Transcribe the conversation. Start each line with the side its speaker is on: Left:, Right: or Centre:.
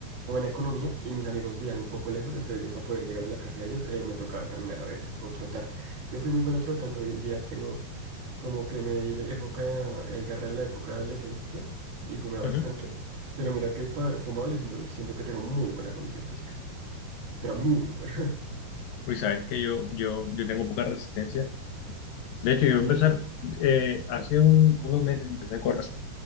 Right: buena economía y mis amigos vivían un poco lejos, entonces yo para poder llegar a la casa de ellos eh, me tocaba caminar a veces o trotar. Yo fui muy bueno trotando, hoy en día tengo como que me di la época, eh, garra en la época de adolescencia y fumé bastante.
Left: Ujú.
Right: Pero mira que para haber fumado yo siento, siento que tengo muy buena condición física, pero muy buena. <laughs>
Left: Uy, sabes que yo, yo, yo tengo poca resistencia. De hecho, yo
Right: Sí,
Left: voy a empezar, eh, hace un- unos meses empecé a correr.